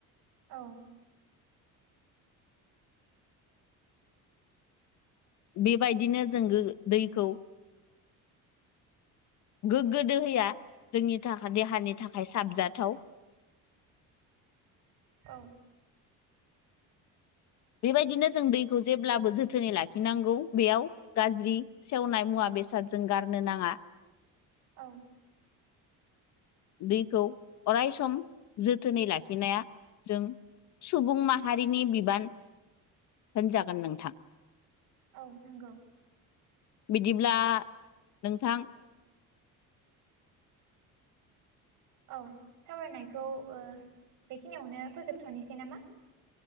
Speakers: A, on the right; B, on the left.
A: औ
B: बेबायदिनो जों दैखौ गोग्गो दोहैया जोंनि थाखाय देहानि थाखाय साबजाथाव <inaudible>
A: औ
B: बेबायदिनो जों दैखौ जेब्लाबो जोथोनै लाखिनांगौ बेयाव गाज्रि सेवनाय मुवा बेसादजों गारनो नाङा
A: औ
B: दैखौ अराय सम जोथोनै लाखिनाया जों सुबुं माहारिनि बिबान होनजागोन नोंथां।
A: औ नंगौ
B: बिदिब्ला नोंथां
A: औ सावरायनायखौ ओ बेखिनियावनो फोजोबथ'नोसै नामा